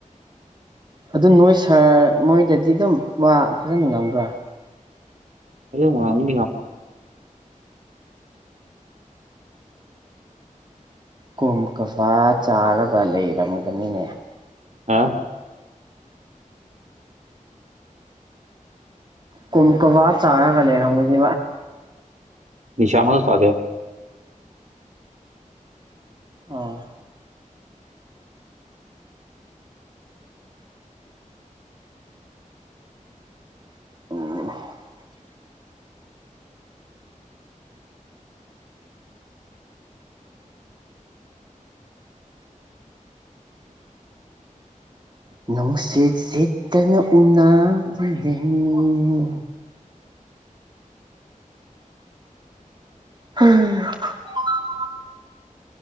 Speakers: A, on the right; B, on the right.
A: ꯑꯗꯨ ꯅꯣꯏ ꯁꯥꯔ ꯃꯣꯏꯗꯗꯤ ꯑꯗꯨꯝ ꯐꯖꯅ ꯉꯪꯕ꯭ꯔꯥ
B: ꯑꯅꯤ ꯉꯅꯤ
A: ꯀꯣꯝ ꯀꯕ ꯆꯥꯔꯒ ꯂꯩꯔꯝꯒꯅꯤꯅꯦ
B: ꯍꯥ
A: ꯀꯨꯝꯀꯕꯥ ꯆꯥꯔꯥꯒ ꯂꯩꯔꯣꯡꯒꯦ
B: ꯅꯤꯁꯥꯃ ꯁꯥꯗꯦ
A: ꯑꯣ ꯑꯣ ꯅꯨꯡꯁꯤꯠ ꯁꯤꯠꯇꯅ ꯎꯅꯁꯤꯔꯃꯤ ꯍꯝ